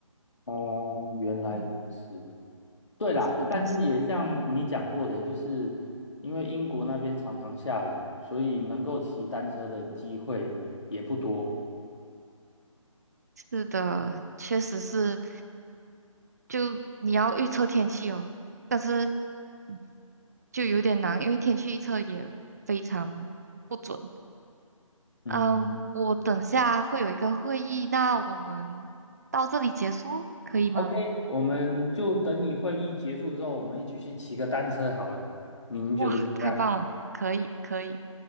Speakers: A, on the left (about 60°); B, on the right (about 30°).
A: 哦，原来如此。
B: 嗯，
A: 对啦，
B: 是的是，
A: 但是也像你讲过的，就是因为英国那边常常下雨，所以能够骑单车的机会也不多。
B: 是的，确实是，就你要预测天气哦，但是嗯就有点难，因为天气预测也非常。不准。
A: 嗯
B: 嗯，我等下会有一个会议，那我们到这里结束，可以吗？
A: ，OK，我们就等你会议结束之后，我们一起去骑个单车好了。您觉得怎么样？
B: 哇，太棒了，可以，可以。